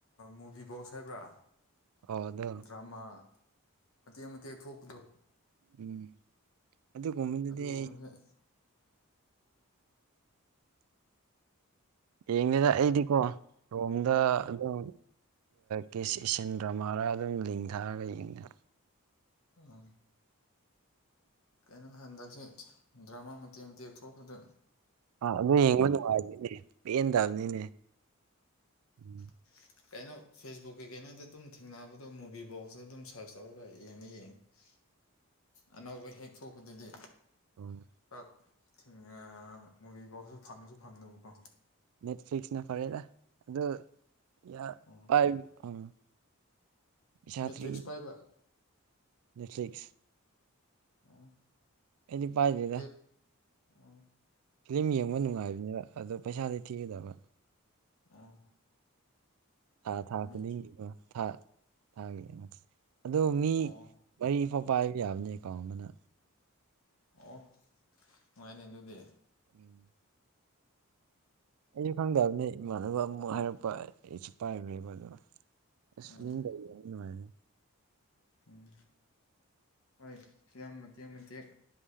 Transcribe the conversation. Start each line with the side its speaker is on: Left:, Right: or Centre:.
Left: ꯃꯨꯕꯤ ꯕꯣꯛꯁ ꯍꯥꯏꯕ꯭ꯔꯥ
Right: ꯑꯣ ꯑꯗꯣ
Left: ꯗ꯭ꯔꯃꯥ ꯃꯇꯦꯛ ꯃꯇꯦꯛ ꯊꯣꯛꯄꯗꯣ
Right: ꯎꯝ ꯑꯗꯨꯒꯨꯝꯕꯗꯨꯗꯤ
Left: ꯑꯗꯨꯒꯨꯝꯕꯁꯦ
Right: ꯑꯩ ꯌꯦꯡꯒꯦꯗ ꯑꯩꯗꯤꯀꯣ ꯔꯣꯝꯗ ꯑꯗꯨꯝ ꯀꯤꯁ ꯏꯟ ꯗ꯭ꯔꯃꯥꯔꯥ ꯑꯗꯨꯝ ꯂꯤꯡꯊꯥꯔꯒ ꯌꯦꯡꯅ
Left: ꯑꯥ ꯀꯩꯅꯣ ꯍꯟꯗꯁꯤ ꯗ꯭ꯔꯃꯥ ꯃꯇꯦꯛ ꯃꯇꯦꯛ ꯊꯣꯛꯄꯗ
Right: ꯑꯥ ꯑꯗꯨ ꯌꯦꯡꯕ ꯅꯨꯡꯉꯥꯏꯗꯣꯏꯅꯦ ꯄꯦꯟꯦꯟꯗꯕꯅꯤꯅꯦ ꯎꯝ
Left: <unintelligible> ꯀꯩꯅꯣ ꯐꯦꯁꯕꯨꯛꯀꯤꯩ ꯀꯩꯅꯣꯗ ꯑꯗꯨꯝ ꯊꯦꯡꯅꯕꯗꯣ ꯃꯨꯚꯤꯕꯣꯛꯁꯇ ꯑꯗꯨꯝ ꯁꯔꯁ ꯇꯧꯔꯒ ꯌꯦꯡꯅ ꯌꯦꯡꯉꯤ ꯑꯅꯧꯕ ꯍꯦꯛ ꯊꯣꯛꯄꯗꯗꯤ
Right: ꯎꯝ
Left: ꯥꯛꯉ ꯃꯨꯚ ꯐꯥꯎꯁꯨ ꯐꯪꯁꯨ ꯐꯪꯗꯕꯀꯣ
Right: ꯅꯦꯠꯐ꯭ꯂꯤꯛꯁꯅ ꯐꯔꯦꯗ ꯑꯗꯣ ꯌꯥ
Left: ꯑꯣ
Right: ꯄꯥꯏ ꯑꯥ ꯁꯇ꯭ꯔꯤ
Left: ꯃꯦꯇ꯭ꯔꯤꯛꯁ ꯄꯥꯏꯕ
Right: ꯅꯦꯠꯐ꯭ꯂꯛꯁ <inaudible>
Left: ꯑꯣ
Right: ꯑꯩꯗꯤ ꯄꯥꯏꯗ‌ꯦꯗ
Left: ꯀꯩ ꯑꯣ
Right: ꯐꯤꯂꯝ ꯌꯦꯡꯕ ꯅꯨꯡꯉꯥꯏꯕꯅꯤꯕ ꯑꯗꯣ ꯄꯩꯁꯥꯗꯤ ꯊꯤꯒꯗꯕ
Left: ꯑꯣ
Right: ꯊꯥ ꯊꯥ
Left: ꯃꯦꯇ꯭ꯔꯤꯛ
Right: ꯈꯨꯗꯤꯡꯒꯤ ꯊꯥ ꯊꯥꯒꯦ ꯑꯗꯣ ꯃꯤ
Left: ꯑꯣ
Right: ꯃꯔꯤ ꯐꯥꯎ ꯄꯥꯏꯕ ꯌꯥꯕꯅꯦ ꯑꯦꯀꯥꯎꯟ ꯑꯃꯅ
Left: ꯑꯣ ꯅꯨꯡꯉꯥꯏꯅꯦ ꯑꯗꯨꯗꯤ
Right: ꯎꯝ ꯑꯩꯁꯨ ꯈꯪꯗꯕꯅꯦ ꯏꯃꯥꯟꯅꯕ ꯑꯃꯨꯛ ꯍꯥꯏꯔꯛꯄ ꯑꯩꯁꯨ ꯄꯥꯏꯔꯦꯕ ꯑꯗꯨ ꯏꯁꯁ
Left: ꯎꯝ
Right: ꯐ ꯀꯅꯨꯡꯉꯥꯏꯔꯦ
Left: ꯎꯝ ꯍꯣꯏ ꯐꯤꯂꯝ ꯃꯇꯦꯛ ꯃꯇꯦꯛ